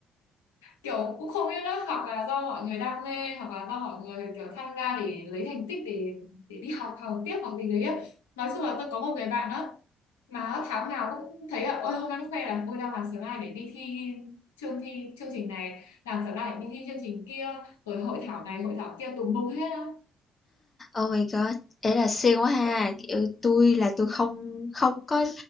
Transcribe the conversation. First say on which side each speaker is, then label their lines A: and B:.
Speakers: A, on the left (about 75°); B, on the left (about 25°).
A: kiểu cũng không biết nữa hoặc là do mọi người đam mê hoặc là do mọi người kiểu tham gia để lấy thành tích để để đi học học tiếp hoặc gì đấy á nói chung là tôi có một người bạn đó mà tháng nào cũng thấy là ôi hôm nay nó khoe là ôi đang làm sớm này để đi thi chương thi chương trình này làm sớm này đi thi chương trình kia rồi hội thảo này hội thảo kia tùm lum hết á
B: Oh my god, ý là siêng quá ha, kiểu, tôi là tôi không không có,